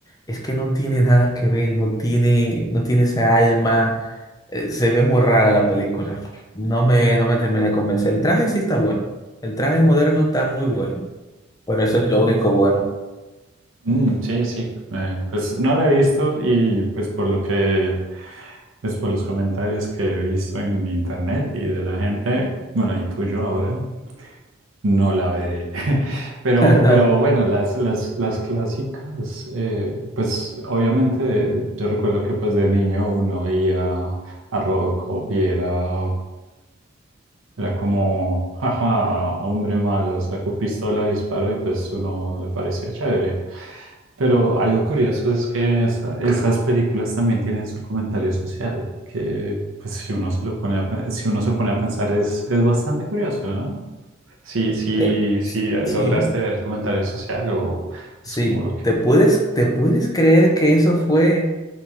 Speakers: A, on the left (about 20°); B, on the right (about 75°).
A: Es que no tiene nada que ver, no tiene, no tiene esa alma. eh, se ve muy rara la película. No me, no me terminé de convencer. El traje sí está bueno. El traje moderno está muy bueno. Pero eso es lo único bueno.
B: Mm, sí, sí. eh, pues no la he visto y pues por lo que, pues por los comentarios que he visto en internet y de la gente, bueno, y tuyo ahora, no la veré. <laughs> Pero,
A: <laughs> No,
B: pero bueno, las, las, las clásicas, eh, pues obviamente yo recuerdo que pues de niño uno veía a Rocco y era era como, jaja, hombre malo, sacó pistola, disparó y pues uno le parecía chévere. Pero algo curioso es que esa- esas películas también tienen su comentario social, que pues si uno se lo pone a, pe- si uno se pone a pensar es, es bastante curioso, ¿no? Si, si,
A: te,
B: si lograste
A: sí,
B: ver el comentario social o
A: sí.
B: pues como lo que
A: ¿Te puedes, te puedes creer que eso fue?